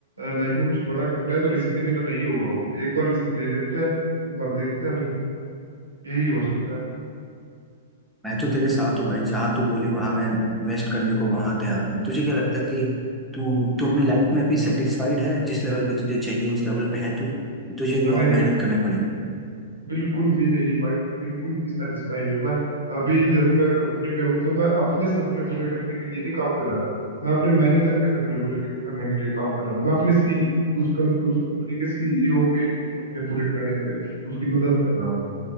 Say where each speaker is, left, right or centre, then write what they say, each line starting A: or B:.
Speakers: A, on the right (about 80°); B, in the centre.
A: लाइफ में कुछ बड़ा करना है तो रिस्क के बिना नहीं होगा वो एक बार रिस्क ले लेते हैं एक बार देखते हैं फिर यही हो सकता है
B: मैं तो तेरे साथ हूँ भाई जहाँ तू बोले वहां मैं इन्वेस्ट करने को वहां तैयार हूँ तुझे क्या लगता है कि तू तू अपनी लाइफ में अभी सेटिस्फाइड है जिस लेवल पे तुझे चाहिए उस लेवल पे है तू तो तुझे भी
A: अरे
B: और मेहनत करनी पड़ेगी
A: बिल्कुल भी नहीं भाई बिल्कुल भी सेटिस्फाई नहीं हूँ मैं अभी जैसे मैं कंपनी में हूँ तो मैं अपने सपने पूरे करने के लिए नहीं काम कर रहा मैं अपने मैनेजर के सपने पूरे क- करने के लिए काम कर रहा हूँ मैं अपने सी उस कम, उस कंपनी के सीईओ के सपने पूरे करने में उसकी मदद कर रहा हूँ